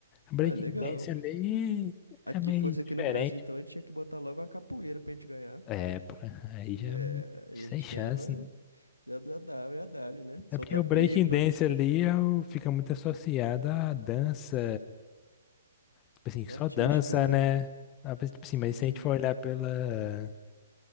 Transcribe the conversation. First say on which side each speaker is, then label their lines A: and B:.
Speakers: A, on the left; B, on the left.
A: breakdance
B: Ah, legal.
A: ali
B: Aqui
A: é meio
B: fosse aqui
A: diferente.
B: no Brasil, então, a gente tinha que botar logo uma capoeira pra gente ganhar.
A: É, pô, aí
B: É,
A: já me-
B: e
A: sem
B: a gente
A: chance,
B: ganhava
A: né?
B: já da W já dali, né?
A: É
B: Soltar
A: porque o breakdance
B: pipa,
A: ali é o- fica muito associado à dança Tipo assim, só
B: artística,
A: dança,
B: né?
A: né? Ah, mas, Tipo assim, mas
B: Uhum.
A: se a gente for olhar pela,